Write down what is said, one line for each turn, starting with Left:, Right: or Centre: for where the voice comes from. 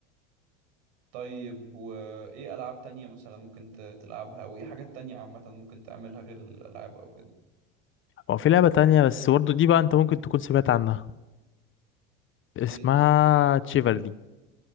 Right: طيب وايه العاب تانية مثلا ممكن ت- تلعبها او ايه حاجات تانية عامة ممكن تعملها غير الالعاب او كده
Left: هو في لعبة تانية بس برضه دي بقى أنت ممكن تكون سمعت عنها اسمها
Right: ايه اسمها ايه
Left: تشيفرلي